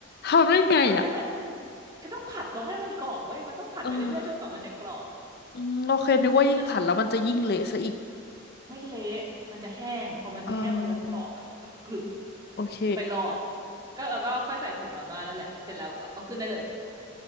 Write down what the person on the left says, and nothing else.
ทำได้ไงอ่ะ
เอออืมโอเคนึกว่ายิ่งผัดแล้วมันจะยิ่งเละซะอีก
เออโอเค